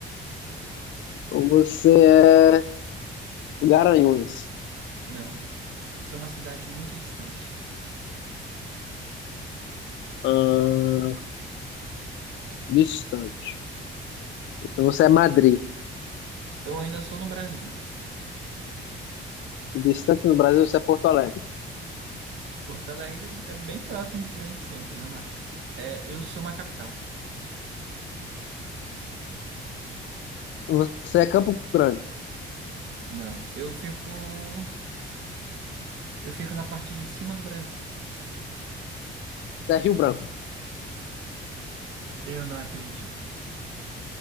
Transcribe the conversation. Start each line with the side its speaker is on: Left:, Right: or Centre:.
Left: Então Você é Garanhuns.
Right: Não. Eu sou uma cidade muito distante.
Left: Ahn, distante. Então você é Madrid.
Right: Eu ainda sou no Brasil.
Left: Distante no Brasil, você é Porto Alegre.
Right: Porto Alegre é bem próximo dos grandes centros. Vamos lá. É, eu sou uma capital.
Left: Você é Campo Grande.
Right: Não, eu fico, eu fico na parte de cima do Brasil.
Left: Você é Rio Branco.
Right: Eu não acredito.